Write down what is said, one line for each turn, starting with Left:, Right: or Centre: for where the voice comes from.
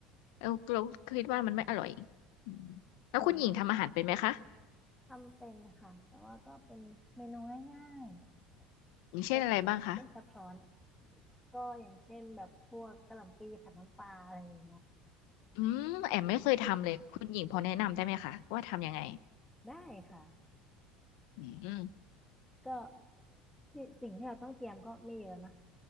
Left: แล้วเราคิดว่ามันไม่อร่อยอืมแล้วคุณหญิงทำอาหารเป็นไหมคะ
Centre: ผมทำเป็นค่ะแต่ว่าก็เป็นเมนูง่ายๆแบบไม่ซับซ้อน
Left: อย่างเช่นอะไรบ้างคะ
Centre: ก็อย่างเช่นแบบพวกกะหล่ำปีผัดน้ำปลาอะไรอย่างเงี้ย
Left: อืมแอมไม่เคยทำเลยคุณหญิงพอแนะนำได้ไหมคะว่าทำยังไง
Centre: ได้ค่ะ
Left: อืม
Centre: ก็ที่สิ่งที่เราต้องเตรียมก็ไม่เยอะนะ